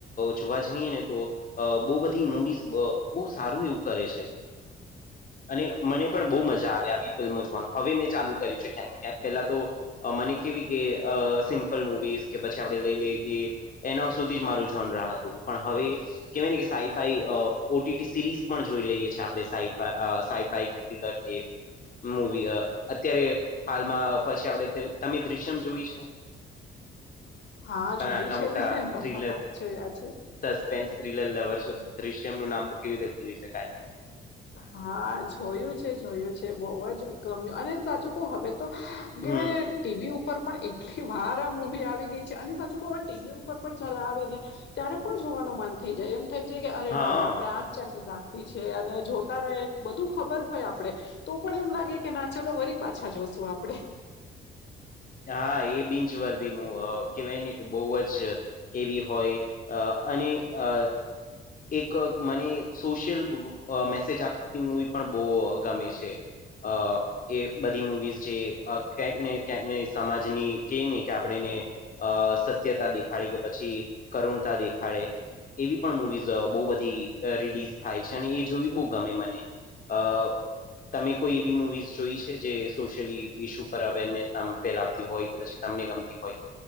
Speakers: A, on the left; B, on the left.
A: જોવા જઈએ ને તો. અ બહુ બધી મવીઝ બહુ સારું એવું કરે છે. અને મને પણ બહુ મજા આવે આવી ફિલ્મો જોવાનું હવે મેં ચાલુ કરી્યું છેું ક્યાંક ને ક્યાંક. પેલા તો મને કેવી કે સિમ્પલ મુવીઝ કે પછી આપણે લઈ લઈ. એના સુધી જ મારું જોન રહ હતું પણ હવે કેવાય ને કે સાઈફાઈ ઓટીટી સિરીઝ પણ જોઈ લઈએ આપડણે સાઈફ સાઈફાઈ મૂવી અત્યારે હાલમાં પછી આપડે તમે દ્રશ્યમ જોય છે?
B: હા
A: તમે
B: જોઈ
A: આટલા
B: છે
A: મોટા
B: ને બધા
A: થ્રીલ
B: ભાગ જોયા છે.
A: સસ્પેન્સ થ્રીલર લવર છો દ્રશ્યમ નું નામ તો કેવી રીતે ભૂલી શકાય.
B: હા જોયું છે જોયું છે બહુ જ ગમ્યું અને સાચું ક હવે તો. કેવાય
A: હમ
B: ને ટીવી ઉપર ઉપ પણ એટલી વાર આ મુવી આવી ગઈ છે અને સાચું કવે ટીવી ઉપર પણ જારે આવે ને ત્યારે પણ જોવાનું મન થઈ જાય એમ થઈ જાય કે અરે
A: હા
B: નાના આપણેે આજ ચેનલ રાખવી છે અને જો તારે બધું ખબર હોય આપડે તો પણ એમ લાગે કે ના ચલો વરી પાછા જોશું આપડે.
A: હા એ બિચ વરથી કેવાય ને કે બોવ જ એવી હોય અ અને અ એક મને સોશિયલ મેસેજ આપતી મૂવી પણ બહુ ગમે છે. અ એ બધી મુવીઝ જે કંક ને ક્યાંકને સમાજની જે ને કે આપણેને અ સત્યતા દેખાડી કે પછી કરુણતા દેખાડે એવી પણ મુવીઝ બહુ બધી રિલીઝ થાય છે અને એ જોવી બહુ ગમે મને. અ તમે કોઈ એવી મુવીિઝ જોઈ છે જે સોશિયલ ઇશ્યુ પર અવેરનેસ ત ફેલાવતી હોય કે પછી તમને ગમતી હોય